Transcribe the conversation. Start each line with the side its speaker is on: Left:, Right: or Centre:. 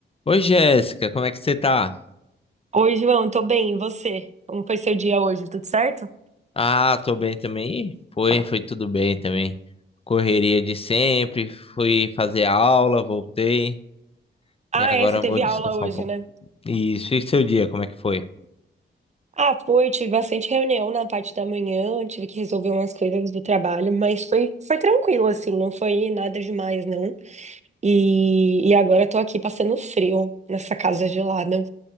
Left: Oi, Jéssica, como é que você tá?
Right: Oi, João, tô bem, e você? Como foi seu dia hoje? Tudo certo?
Left: Ah, tô bem também. Ih, Foi, foi tudo bem também. Correria de sempre, fui fazer aula, voltei
Right: Ah,
Left: e agora
Right: é, você teve
Left: vou descansar
Right: aula hoje,
Left: um pouco.
Right: né?
Left: Isso, e seu dia, como é que foi?
Right: Ah, foi, tive bastante reunião na parte da manhã, tive que resolver umas coisas do trabalho, mas foi, foi tranquilo, assim, não foi nada demais, não. E, e agora tô aqui passando frio nessa casa gelada.